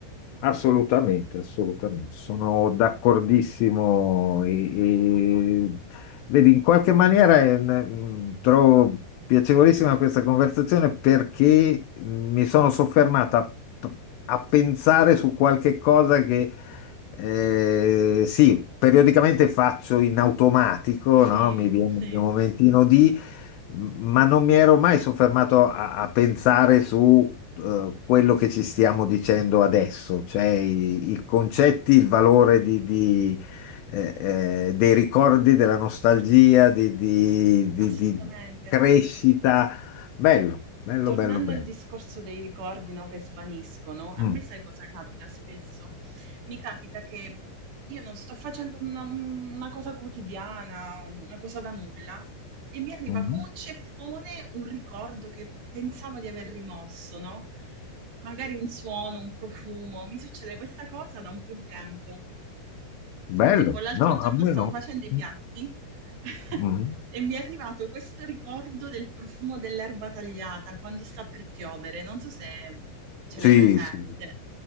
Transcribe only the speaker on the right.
Sì,
sì,
assolutamente.
Tornando
al discorso dei ricordi, no, che svaniscono, a
me sai cosa capita spesso? Mi capita che io non sto facendo una, una cosa quotidiana, una cosa da nulla, e mi arriva
con un ceffone un ricordo che pensavo di aver rimosso, no? Magari un suono, un profumo. Mi succede questa cosa da un po' di tempo.
Tipo l'altro
giorno
stavo
facendo i piatti
<laughs>
e mi è arrivato questo ricordo del profumo dell'erba tagliata quando sta per piovere. Non so se ce
l'hai presente.